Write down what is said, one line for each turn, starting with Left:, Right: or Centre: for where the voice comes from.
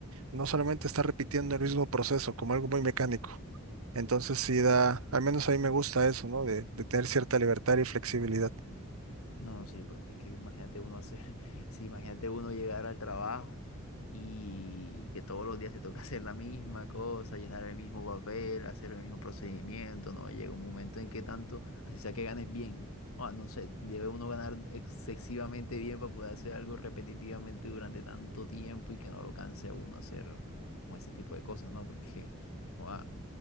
Right: no solamente está repitiendo el mismo proceso como algo muy mecánico. Entonces sí da, al menos a mí me gusta eso, ¿no? De, de tener cierta libertad y flexibilidad.
Left: No, sí, porque es que imagínate uno hacer, <laughs> sí, imagínate uno llegar al trabajo y que todos los días te toca hacer la misma cosa, llenar el mismo papel, hacer el mismo procedimiento, ¿no? Llega un momento en que tanto, así sea que ganes bien, o no sé, debe uno ganar excesivamente bien para poder hacer algo repetitivamente durante tanto tiempo y que no lo canse a uno hacer como ese tipo de cosas, ¿no? Porque, joda,